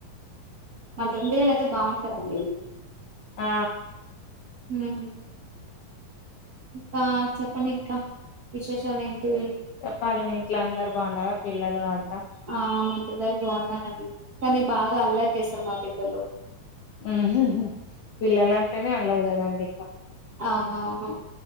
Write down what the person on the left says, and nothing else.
ఆ
చెప్పాలి మీ ఇంట్లో అందరు బాగున్నారా పిల్లలు అంతా
ఉహు పిల్లలంటేనే అల్లరి కదండి అ